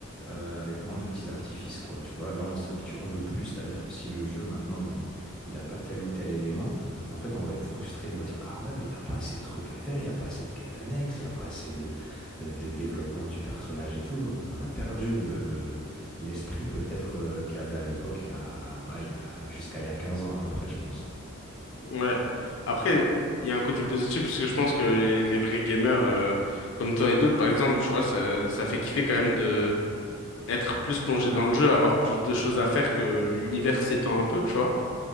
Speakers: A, in the centre; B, on the left.
A: euh, avec moins de petits artifices, quoi. Tu vois, là, on s'habitue, on veut plus. C'est-à-dire que si le jeu, maintenant, il, il a pas tel ou tel élément, en fait, on va être frustré. On va dire, ah ouais, mais il n'y a pas assez de trucs à faire, il n'y a pas assez de quêtes annexes, il n'y a pas assez de, euh, de développement du personnage et tout. On a perdu le, le- l'esprit peut-être, euh, qu'il y avait à l'époque, il y a, ouais, il y a, jusqu'à il y a 15 ans à peu près, je pense.
B: Ouais. Après, il y a un côté positif parce que je pense que les, les vrais gamers, euh, comme toi et d'autres, par exemple, tu vois, ça, ça fait kiffer quand même de être plus plongé dans le jeu, avoir plus de choses à faire que l'univers s'étend un peu, tu vois.